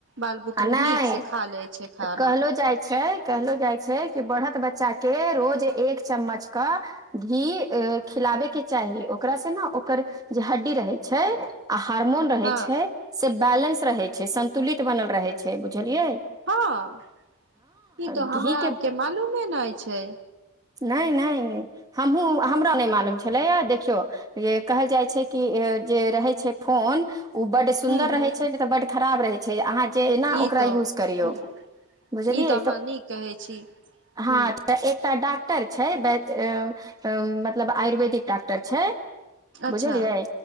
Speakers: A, on the right; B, on the right.
A: बाल बुतरु
B: आ नहि
A: नीक से खा लै छै खाना
B: कहलो जाइ छै कहलो जाइ छै कि बढ़त बच्चा के रोज एक चम्मच कऽ घी ए खिलाबे के चाही ओकरा से न ओकर जे हड्डी रहे छै आ हार्मोन रहै
A: हँ
B: छै से बैलेंस रहै छै संन्तुलित बनल रहै छै बुझलिये
A: हँ ई तऽ
B: घी
A: हमरा
B: के
A: आरके मालूमे नहि छै
B: नहि नहि हमहुँ हमरा नहि मालूम छलैए देखियौ कहल जाइ छै कि जे रहै छै फोन ओ बड्ड सुन्दर
A: हूँ हूँ
B: रहै छै नै तऽ बड्ड खराव रहै छै अहाँक जाहिना
A: ई
B: ओकरा
A: तऽ
B: यूज करियौ
A: हूँ
B: बुझलियए
A: ई अहाँ
B: तऽ
A: नीक कहै छी
B: हँ
A: हूँ
B: तऽ एकटा डा डॉक्टर छै वैद्द अ अ मतलब आयुर्वेदिक डॉक्टर छै
A: अच्छा
B: बुझलियै